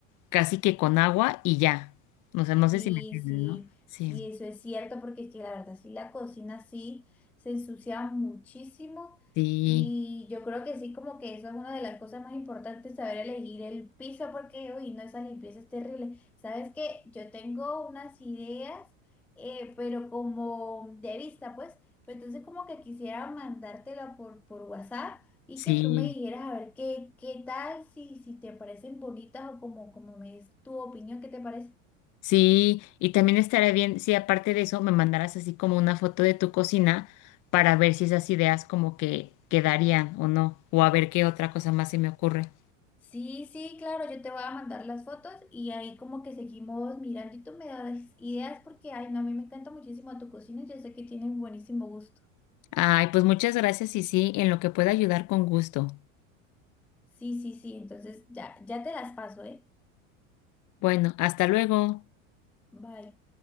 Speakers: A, on the left; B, in the centre.
A: casi que con agua y ya. No sé, no sé
B: Sí,
A: si me entiendes,
B: sí,
A: ¿no? Sí,
B: sí, eso es cierto, porque es que la verdad, sí, la cocina sí se ensucia muchísimo
A: sí,
B: y yo creo que sí, como que eso es una de las cosas más importantes, saber elegir el piso, porque, uy, no, esa limpieza es terrible. Sabes que yo tengo unas ideas, eh, pero como de vista, pues, pero entonces como que quisiera mandártela por, por WhatsApp y
A: sí,
B: que tú me dijeras a ver qué, qué tal, si, si te parecen bonitas o como, como me es tu opinión, ¿qué te parece?
A: sí. Y también estaría bien si aparte de eso me mandaras así como una foto de tu cocina para ver si esas ideas como que quedarían o no, o a ver qué otra cosa más se me ocurre.
B: Sí, sí, claro, yo te voy a mandar las fotos y ahí como que seguimos mirando y tú me das ideas porque, ay, no, a mí me encanta muchísimo tu cocina y yo sé que tienes buenísimo gusto.
A: Ay, pues muchas gracias y sí, en lo que pueda ayudar con gusto.
B: Sí, sí, sí, entonces ya, ya te las paso, ¿eh?
A: Bueno, hasta luego.
B: Bye.